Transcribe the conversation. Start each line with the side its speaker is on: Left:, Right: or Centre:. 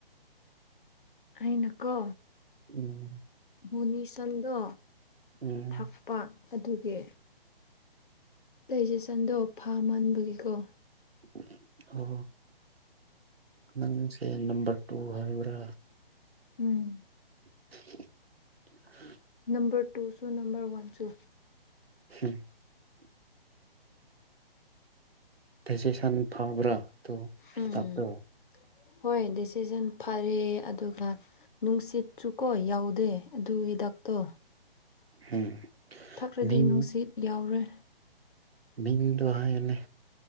Left: ꯑꯩꯅ ꯀꯣ
Right: ꯎꯝ
Left: ꯃꯨꯟꯅꯤꯁꯟꯗꯣ
Right: ꯎꯝ
Left: ꯊꯛꯄ ꯑꯗꯨꯒꯤ ꯗꯥꯏꯖꯦꯁꯟꯗꯣ ꯐꯃꯟꯕꯒꯤꯀꯣ
Right: <unintelligible> ꯍꯣ ꯅꯪꯁꯦ ꯅꯝꯕꯔ ꯇꯨ ꯍꯥꯏꯌꯨꯔꯥ
Left: ꯎꯝ
Right: <inaudible>
Left: ꯎꯝꯕꯔ ꯇꯨꯁꯨ ꯅꯝꯕꯔ ꯋꯟꯁꯨ
Right: <unintelligible> ꯐꯦꯁꯦꯁꯟ ꯐꯕ꯭ꯔꯥ ꯇꯣ
Left: ꯎꯝ
Right: ꯇꯥꯛ ꯇꯣ
Left: ꯍꯣꯏ ꯗꯤꯁꯤꯖꯟ ꯐꯔꯦ ꯑꯗꯨꯒ ꯅꯨꯡꯁꯤꯠꯁꯨꯀꯣ ꯌꯥꯎꯗꯦ ꯑꯗꯨ ꯍꯤꯗꯛꯇꯣ
Right: ꯎꯝ
Left: ꯊꯛꯈ꯭ꯔꯗꯤ
Right: ꯃꯤꯡ
Left: ꯅꯨꯡꯁꯤꯠ ꯌꯥꯎ ꯔꯦ
Right: ꯃꯤꯡꯗꯣ ꯍꯥꯏꯌꯣꯅꯦ